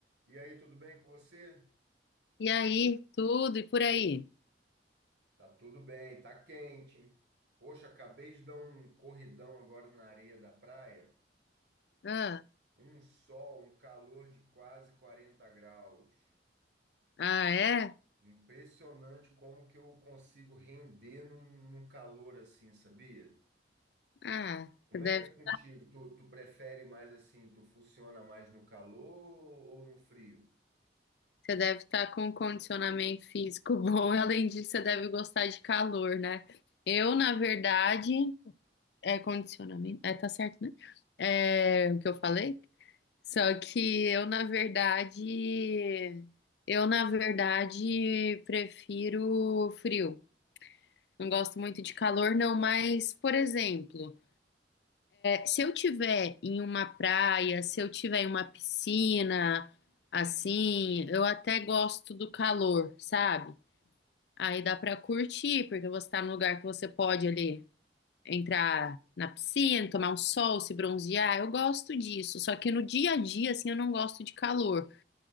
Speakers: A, on the right; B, on the left.
A: E aí, tudo bem com você?
B: E aí, tudo e por aí?
A: Tá tudo bem, tá quente, hein? Poxa, acabei de dar um corridão agora na areia da praia.
B: Ah,
A: Um sol, um calor de quase 40 graus.
B: ah, é?
A: Impressionante como que eu consigo render num, num calor assim, sabia?
B: Ah,
A: Como
B: você deve,
A: é que é contigo? Tu, tu prefere mais assim, tu funciona mais no calor ou no frio?
B: você deve estar com um condicionamento físico <laughs> bom. Além disso, você deve gostar de calor, né? Eu, na verdade, é condicionamento. É, tá certo, né? É o que eu falei? Só que eu, na verdade, eu, na verdade, prefiro frio. Não gosto muito de calor, não, mas, por exemplo. Se eu tiver em uma praia, se eu tiver em uma piscina, assim, eu até gosto do calor, sabe? Aí dá pra curtir, porque você tá num lugar que você pode ali entrar na piscina, tomar um sol, se bronzear. Eu gosto disso, só que no dia a dia, assim, eu não gosto de calor.